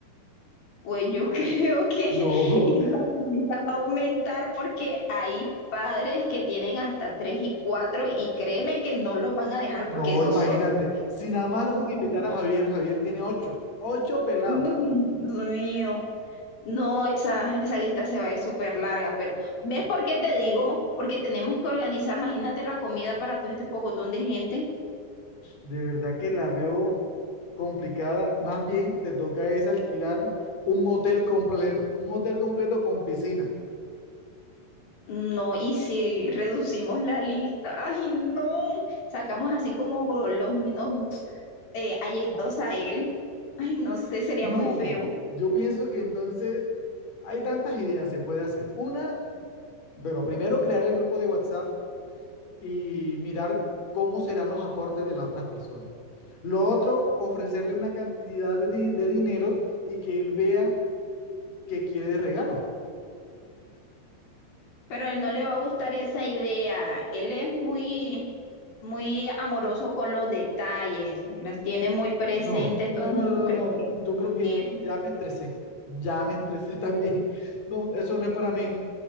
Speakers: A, on the left (about 65°); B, on the left (about 40°).
A: Pues yo <laughs> creo que esa
B: No,
A: cuenta va a aumentar porque hay padres que tienen hasta tres y cuatro y créeme que no los van a
B: <laughs>
A: dejar
B: no,
A: porque esos
B: imagínate.
A: son...
B: Si nada
A: <laughs>
B: más
A: culpables.
B: con invitar a Javier, Javier tiene ocho, ocho pelados.
A: Uy, Dios mío. No, esa, esa lista se va a ir súper larga, pero ¿ves por qué te digo? Porque tenemos que organizar, imagínate la comida para todo este pocotón de gente.
B: De verdad que la veo complicada. Más bien te toca es alquilar un hotel completo, un hotel completo con piscina.
A: No, y si reducimos la lista, ay no, sacamos así como los menos eh, allegados a él, ay no sé, sería
B: No,
A: muy feo,
B: yo pienso que entonces hay tantas ideas se puede hacer. Una, bueno, primero crear el grupo de WhatsApp y mirar cómo serán los aportes de las otras personas. Lo otro, ofrecerle una cantidad de, di- de dinero y que él vea qué quiere de regalo.
A: pero a él no le va a gustar esa idea, él es muy, muy amoroso con los detalles, los tiene muy presente,
B: No,
A: entonces
B: no, no,
A: no
B: no,
A: creo
B: no.
A: que no
B: Yo
A: le
B: creo
A: genere.
B: que ya, ya me estresé. Ya me estresé también. <laughs> No, eso no es para mí.